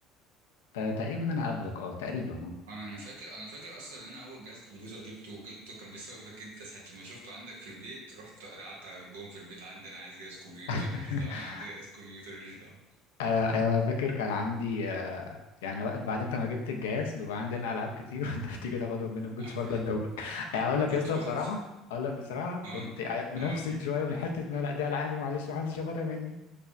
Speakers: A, on the left; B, on the right.
A: آه تقريبا انا قبلك اه تقريبا اه
B: انا فاكر انا فاكر اصلا ان انا اول جهاز كمبيوتر جبته وجبته كان بسببك انت ساعه ما شفته عندك في البيت رحت قعدت اقول لهم في البيت عندي انا عايز جهاز كمبيوتر
A: <laughs>
B: ماليش دعوه انا عندي جهاز كمبيوتر ماليش دعوه
A: انا أنا فاكر كان عندي آه، يعني وقت- بعد انت ما جبت الجهاز بيبقى عندنا العاب كتير <laughs> وانت بتيجي تاخدهم مني ما كنتش
B: <laughs> آه،
A: برضه ادولك يعني اقول لك
B: كنت
A: يا اسطى
B: بقعد
A: بصراحه اقول لك بصراحه
B: اه
A: كنت منفسد
B: اه
A: شويه من حته ان أنا لا دي العابي معلش ما حدش ياخدها مني